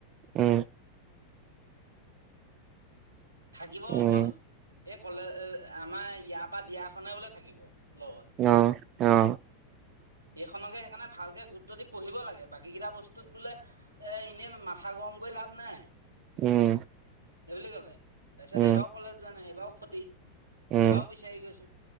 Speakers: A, on the right; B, on the right.
A: উম
B: থাকিব অকল
A: উম
B: এই কলে আমাৰ ইয়াৰ পা দিয়াখনে বোলে থাকিব লগত।
A: অহ' অহ'।
B: এইখনকে সেইকাৰণে ভালকে গুৰুত্ব দি পঢ়িব লাগে। বাকীকেইটা বস্তুত বোলে এই, এনেই মাথা গৰমকৈ লাভ নাই।
A: উম'।
B: সেই বুলি কলে তাৰপিছত
A: উম
B: এইবাৰও কলেজ যোৱা নাই। এইবাৰও ক্ষতি
A: উম
B: এইবাৰও বিচাৰি গৈছোঁ।